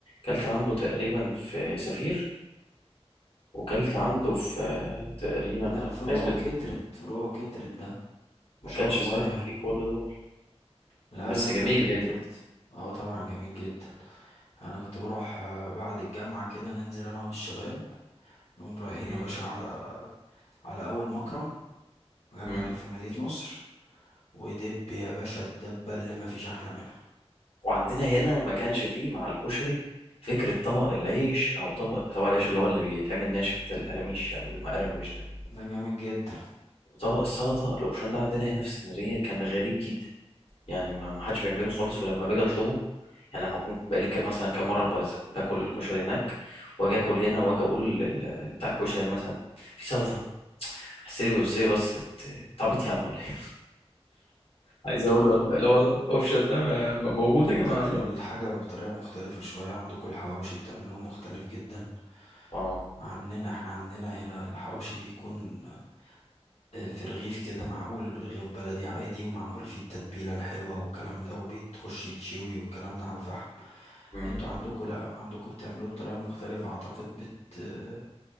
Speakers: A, on the left (about 60°); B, on the left (about 80°).
A: كلت عنده تقريبا في سفير وكلت عنده في آه، تقريبا
B: لا فروعه
A: عزبة
B: كترت فروعه كترت ده ما
A: ما
B: شاء
A: كانش
B: الله
A: ساعتها
B: يعني
A: فيه كل دول
B: لا
A: بس
B: لا فروع
A: جميل
B: كترت
A: هند
B: اه طبعا جميل جدا انا كنت بروح آه، بعد الجامعة كده ننزل انا والشباب نقوم رايحين
A: مم.
B: يا باشا على على اول مكرم في جامع
A: مم.
B: في مدينة نصر ودب يا باشا الدبة اللي مفيش احلى منها
A: وعندنا هنا ما كانش فيه مع الكشري فكرة طبق العيش أو طبق طبق العيش اللي هو اللي بيتعمل ناشف ده القراميش أو المقرمش ده
B: ده جامد جدا
A: وطبق السلطة الأوبشن ده عندنا هنا في اسكندرية كان غريب جدا يعني ما ما حدش بيعمله خالص ولما باجي اطلبه يعني لما اكون بقالي ك- مثلا كام مره بس- باكل الكشري هناك واجي اكل هنا واجي اقول لل- لبتاع الكشري مثلا في سلطه حسيت بيبص لي بص انت عبيط يا عم ولا ايه عايز
B: انتوا
A: اقول
B: برضه
A: له لا
B: انتوا
A: والله الاوبشن ده ما- ما موجود
B: انتوا
A: يا
B: بتاكلوا
A: جماعه الله
B: الحاجة بطريقة مختلفة شوية عندكم الحواوشي بتعملوه مختلف جدا
A: اه
B: عننا احنا عندنا هنا الحواوشي بيكون آه، في رغيف كده معقول رغيف بلدي عادي ومعمول فيه التتبيلة الحلوة والكلام ده وبيتخش يتشوي والكلام ده على الفحم
A: مم،
B: انتوا عندكوا لا عندكوا بتعملوه بطريقة مختلفة اعتقد بت آه،